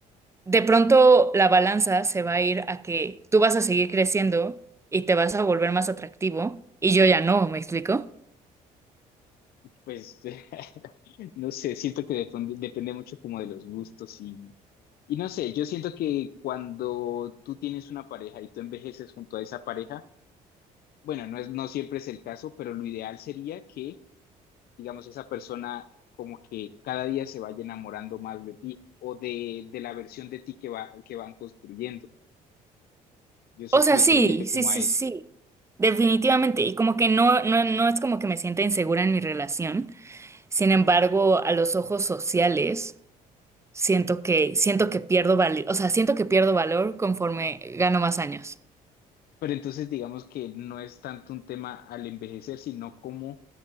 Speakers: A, on the right; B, on the left.
A: de pronto la balanza se va a ir a que tú vas a seguir creciendo y te vas a volver más atractivo y yo ya no, ¿me explico?
B: pues <laughs> no sé, siento que depende, depende mucho como de los gustos y, y no sé, yo siento que cuando tú tienes una pareja y tú envejeces junto a esa pareja, bueno, no es, no siempre es el caso, pero lo ideal sería que, digamos, esa persona como que cada día se vaya enamorando más de ti o de, de la versión de ti que va, que van construyendo. Yo soy
A: O
B: fiel
A: sea, sí,
B: creyente
A: sí,
B: como
A: sí,
B: a eso.
A: sí, definitivamente. Y como que no, no, no es como que me sienta insegura en mi relación. Sin embargo, a los ojos sociales. siento que, siento que pierdo valor, o sea, siento que pierdo valor conforme gano más años.
B: Pero entonces digamos que no es tanto un tema al envejecer, sino como